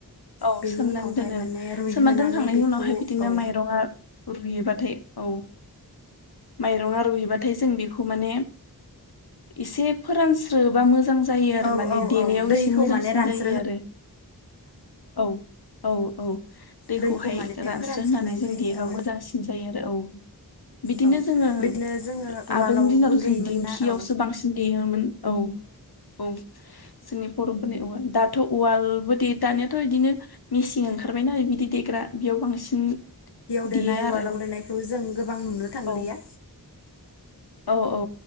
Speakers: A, on the left (about 70°); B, on the left (about 90°).
A: औ
B: बेनि
A: सोमनानै
B: उनावहाय
A: दोनो
B: माने रुइहोनानै
A: सोमनानै दोनखांनायनि
B: बेखौ
A: उनावहाय बिदिनो
B: औ
A: माइरङा रुयो औ माइ रुबाथाय जों बेखौ मान एसे फोरानस्रो बा मोजां जायो आरो
B: औ
A: माने
B: औौ
A: देनायाव
B: औ दैखौ
A: एसे मोजांसिन
B: माने रानस्रो
A: जायो आरो औ औ औ दैखौहाय
B: दैखौ माने
A: रानस्रो
B: फोरानस्रोनाय
A: होननानै जों
B: जायो
A: देबा
B: औ
A: मोजांसिन जायो आरो औ बिदिनो
B: औ
A: जोङो
B: बिदिनो जोङो उवालावबो
A: आगोलनि दिनावथ'
B: देयोमोन
A: जों दिंखियावसो
B: ना औ
A: बांसिन देयोमोन औ औ नि बर'फोरनि उवाल दाथ' उवालबो दे दानियााथ' बिदिनो मेसिन ओंखारबायनाा बिदि दै देग्रा बेयाव बांसिन
B: आवदायनाय
A: देयो
B: उवालाव
A: आरो
B: देनायखौ जों गोबां नुनो थांलिया
A: औ औ औ